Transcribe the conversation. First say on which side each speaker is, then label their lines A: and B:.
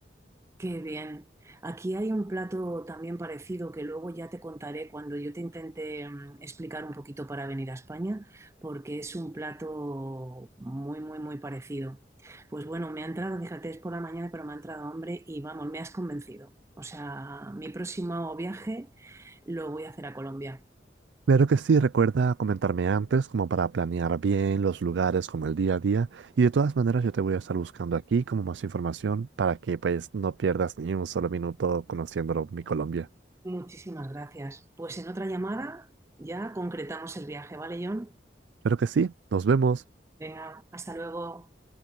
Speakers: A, on the right; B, on the right.
A: Qué bien. Aquí hay un plato también parecido que luego ya te contaré cuando yo te intente mm, explicar un poquito para venir a España, porque es un plato muy, muy, muy parecido. Pues bueno, me ha entrado, fíjate, es por la mañana, pero me ha entrado hambre y vamos, me has convencido. O sea, mi próximo viaje lo voy a hacer a Colombia.
B: Claro que sí, recuerda comentarme antes como para planear bien los lugares, como el día a día. Y de todas maneras, yo te voy a estar buscando aquí como más información para que pues no pierdas ni un solo minuto conociéndolo mi Colombia.
A: Muchísimas gracias. Pues en otra llamada ya concretamos el viaje, ¿vale, John?
B: Claro que sí, nos vemos.
A: Venga, hasta luego.